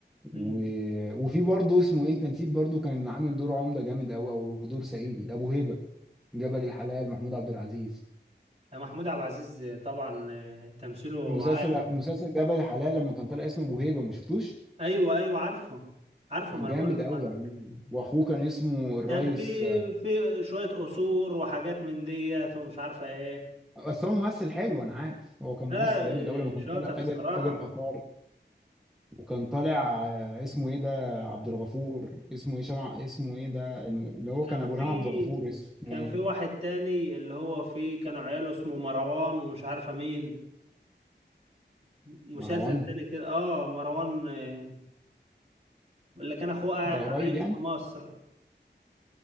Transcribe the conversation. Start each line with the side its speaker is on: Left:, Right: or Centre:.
Right: امم
Centre: و... وفي برضه اسمه ايه انت نسيت برضه كان عامل دور عمده جامد قوي او دور صعيدي ابو هيبه جبل الحلال محمود عبد العزيز
Right: محمود عبد العزيز طبعا آه، تمثيله
Centre: المسلسل
Right: عالي
Centre: مسلسل جبل الحلال لما كان طالع اسمه ابو هيبه ما شفتوش
Right: ايوه ايوه عارفه عارفه
Centre: كان
Right: ما انا
Centre: جامد
Right: بقول لك
Centre: قوي
Right: ما-
Centre: يعني واخوه كان اسمه الريس
Right: كان بي في شويه قصور وحاجات من ديت ومش عارفه ايه
Centre: بس هو ممثل حلو انا عارف هو كان
Right: لا
Centre: ممثل
Right: لا
Centre: جامد اول لما كان
Right: آه، شاطر
Centre: طالع تاجر
Right: الصراحه
Centre: تاجر اثار وكان طالع آه، اسمه ايه ده عبد الغفور اسمه ايه شمع اسمه ايه ده الم- اللي هو
Right: كان
Centre: كان
Right: في
Centre: ابو الهام عبد الغفور اسمه
Right: كان
Centre: ايه
Right: في واحد تاني اللي هو فيه كانوا عياله اسمه مروان ومش عارفة مين مسلسل
Centre: مروان
Right: تاني كده اه مروان آه، اللي كان اخوه قاع-
Centre: ده قريب
Right: عايش
Centre: يعني
Right: في مصر